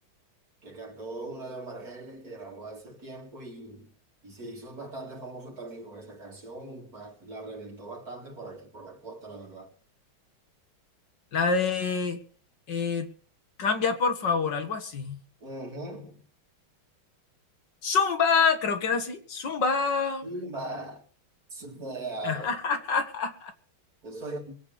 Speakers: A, on the right; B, on the left.
A: que cantó una de Omar Geles que grabó hace tiempo y, y se hizo bastante famoso también con esa canción, ba- la reventó bastante por aquí, por la costa, la verdad.
B: La de eh, Cambia por favor, algo así.
A: Ujú.
B: Zumba, creo que era así. Zumba.
A: Zumba. Zumba.
B: <laughs>
A: Yo soy aquí,